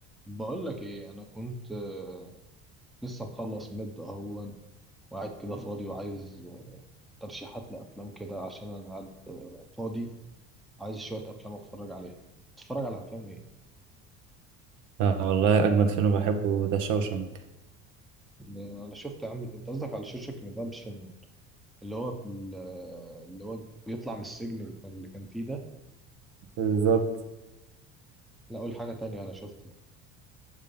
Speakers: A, in the centre; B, on the right.
A: بقول لك ايه انا كنت آه، لسه مخلص مد اهون وقاعد كده فاضي وعايز آه، ترشيحات لافلام كده عشان انا قاعد آه، فاضي عايز شويه افلام اتفرج عليها تتفرج على افلام ايه
B: آه والله أجمد فيلم بحبه ده شوشنك
A: ده انا شفت يا عم انت قصدك على شوشك ريدمبشن اللي هو بال- آه، اللي هو بيطلع من السجن اللي كان اللي كان فيه ده
B: بالظبط
A: لا اقول حاجه تانية انا شفت ده